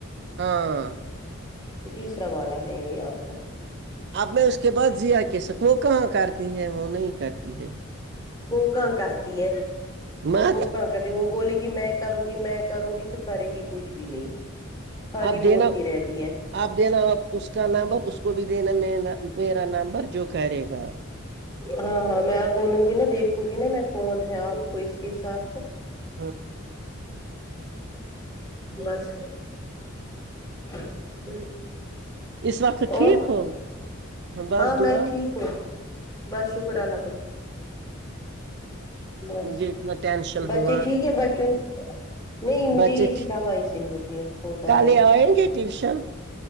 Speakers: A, on the right; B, on the left.
A: ہاں
B: تیسرا والا ہے یہ آپ کو
A: اب میں اس کے بعد زییا کے سک وہ کہاں کرتی ہے وہ نہیں کرتی ہے
B: وہ کہا کرتی ہے
A: مت
B: وہوکا کہتے وہ بولے گی میں کروں گی میں کروں گی تو کرے گی کچھ بھی نہیں خالی
A: آپ دینا
B: بولتی رہتی ہے
A: آپ دینا اپ اس کا نمبر اس کو بھی دینا م میرا نمبر جو کرے گا
B: ہاں ہاں میں آپ بولوں گی نا دیکھوں گی نا میں کون ہے آپ کو اس کے ساتھ ہو
A: ہاں
B: بس <unintelligible>
A: اس وقت ٹھیک
B: اور
A: ہو بس
B: ہاں
A: دعا
B: میں ٹھیک ہوں بس شکر اللہ کا بس
A: مجھے اتنا ٹینشن
B: بچے
A: ہوا
B: ٹھیک ہیں باجی نہیں مجھے
A: بچے
B: اسی دوائی سے ہوتی ہے ہوتا
A: کالے
B: ہے یہ
A: آئیں گے ٹیوشن